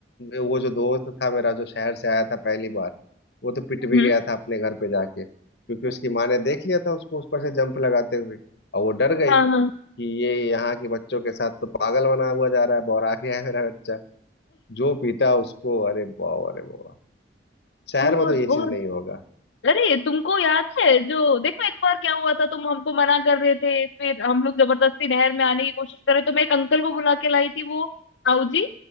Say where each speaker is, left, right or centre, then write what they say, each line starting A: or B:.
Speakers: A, on the left; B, on the left.
A: वो जो दोस्त था मेरा जो शहर से आया था पहली बार वो तो पिट भी
B: हम्म
A: गया था अपने घर पे जाके क्योंकि उसकी माँ ने देख लिया था उसको ऊपर से जंप लगाते हुए और वो डर गई
B: हाँ हाँ
A: कि ये यहाँ के बच्चों के साथ तो पागल बना हुआ जा रहा है बौरा गया है मेरा बच्चा जो पीता है उसको अरे वाह अरे वाह शहर
B: और
A: में तो ये चीज
B: और
A: नहीं होगा
B: अरे तुमको याद है जो देखो एक बार क्या हुआ था तुम हमको मना कर रहे थे फिर हम लोग जबरदस्ती नहर में आने की कोशिश कर रहे तो मैं एक अंकल को बुला के लाई थी वो ताऊ जी